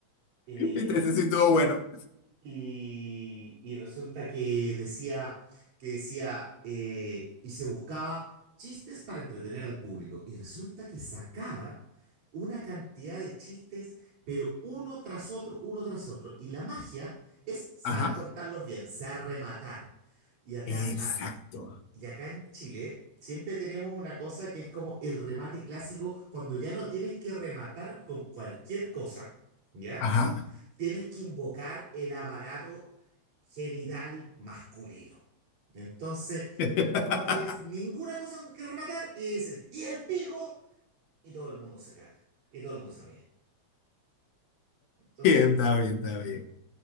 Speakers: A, on the right; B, on the left.
A: eh,
B: Entonces sí estuvo bueno.
A: y, y resulta que decía, que decía, eh, y se buscaba chistes para entretener al público. Y resulta que sacaba una cantidad de chistes, pero uno tras otro, uno tras otro. Y la magia es saber
B: Ajá,
A: contarlos bien, saber rematar. Y acá,
B: exacto.
A: a- y acá en Chile siempre tenemos una cosa que es como el remate clásico, cuando ya no tienes que rematar con cualquier cosa, ¿ya?
B: Ajá.
A: tienes que invocar el aparato genital masculino. Entonces,
B: <laughs>
A: tú no tienes ninguna cosa con que rematar y dices, ¡y el pico! Y todo el mundo se caga, y todo el mundo se ríe. Entonces,
B: Bien, está bien, está bien.